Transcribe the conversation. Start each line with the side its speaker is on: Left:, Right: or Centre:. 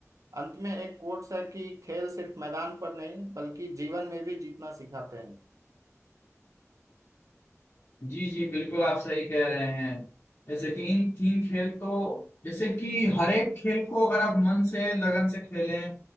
Right: अंत में एक कोट्स है कि खेल सिर्फ मैदान पर नहीं बल्कि जीवन में भी जीतना सिखाते हैं
Left: जी जी बिल्कुल आप सही कह रहे हैं जैसे कि इन तीन खेल तो जैसे कि हर एक खेल को अगर आप मन से लगन से खेलें